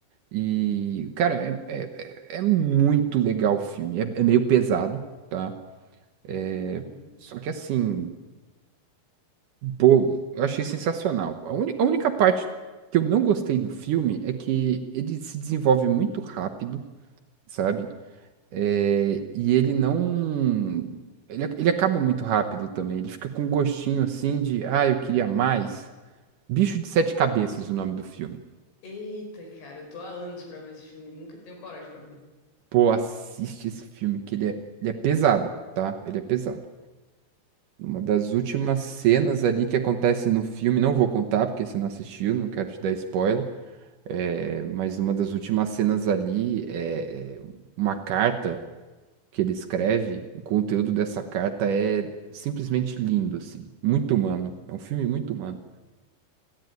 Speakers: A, on the right (about 65°); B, on the left (about 85°).
A: E, cara, é, é, é é muito legal o filme. É, é meio pesado, tá? É...
B: Uhum.
A: Só que assim Pô, eu achei sensacional. A, uni- a única parte que eu não gostei do filme é que ele se desenvolve muito rápido, sabe? É, e ele não. Ele, ac- ele acaba muito rápido também. Ele fica com um gostinho assim de, ah, eu queria mais. Bicho de Sete Cabeças, o nome do filme.
B: Eita, cara, eu tô há anos pra ver esse filme, e nunca tenho coragem pra ver.
A: Pô, assiste esse filme que ele é, ele é pesado, tá? Ele é pesado. Uma das últimas
B: Cara,
A: cenas ali que acontece no filme, não vou contar, porque você não assistiu, não quero te dar spoiler. É, mas numa das últimas cenas ali é é uma carta que ele escreve. O conteúdo dessa carta é simplesmente lindo, assim. Muito humano. É um filme muito humano.